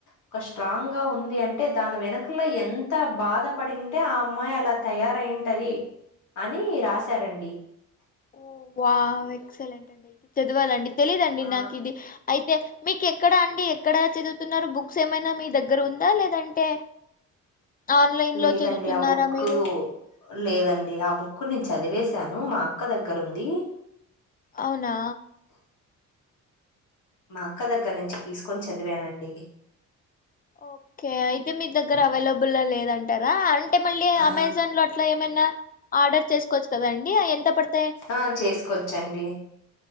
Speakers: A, on the left (about 75°); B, on the left (about 30°).
A: ఒక స్ట్రాంగ్ గా ఉంది అంటే దాని వెనకల ఎంత బాధపడింటే ఆ అమ్మాయి అలా తయారయింటది అని రాశారండి
B: ఓ వావ్ ఎక్సలెంట్ అండి అయితే చదవాలండి తెలీదండి
A: ఆ
B: నాకి ఇది అయితే మీకు ఎక్కడా అండి ఎక్కడ చదువుతున్నారు బుక్స్ ఏమైనా మీ దగ్గర ఉందా లేదంటే ఆన్లైన్
A: లేదండి
B: లో చదువుతున్నారా
A: ఆ బుక్కు
B: మీరు
A: లేదండి ఆ బుక్కు నేను చదివేసి టాను మా అక్క దగ్గరుంది
B: అవునా
A: మా అక్క దగ్గర నుంచి తీసుకొని చదివానండి
B: ఓకే అయితే మీ దగ్గర అవైలబుల్ ల లేదంటారా అం టే మళ్ళీ
A: ఆ
B: అమెజాన్ లో అట్ల ఏమైనా ఆర్డర్ చేసుకోవచ్చు టదండి ఎంత పడ్త
A: ఆ చేసుకోవచ్చండి